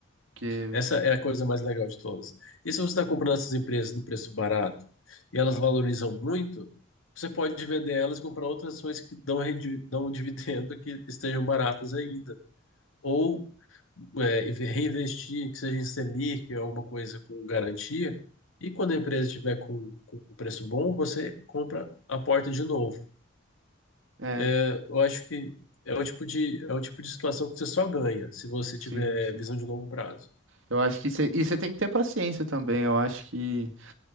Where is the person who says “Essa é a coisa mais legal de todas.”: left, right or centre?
Left